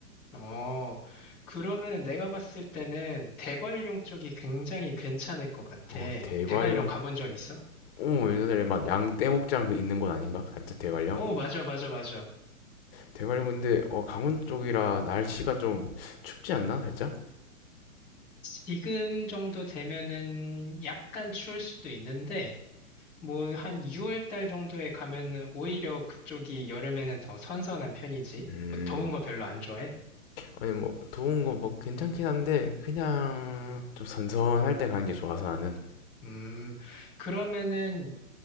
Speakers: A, in the centre; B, on the left (about 40°).
A: 어, 그러면은 내가 봤을 때는 대관령 쪽이 굉장히 괜찮을 것 같아.
B: 어 대관령
A: 대관령 가본 적 있어?
B: 어 예전에 막 양떼목장 그 있는 곳 아닌가 살짝 대관령
A: 어, 맞아, 맞아, 맞아.
B: 대관령 근데 어 강원 쪽이라 날씨가 좀 춥지 않나 살짝
A: 지금 정도 되면은 약간 추울 수도 있는데, 뭐 한 6월 달 정도에 가면은 오히려 그쪽이 여름에는 더 선선한 편이지.
B: 음
A: 뭐 더운 거 별로 안 좋아해?
B: 아니 뭐 더운 거 뭐 괜찮긴 한데 그냥 좀 선선할 때 가는 게 좋아서 나는
A: 음, 그러면은,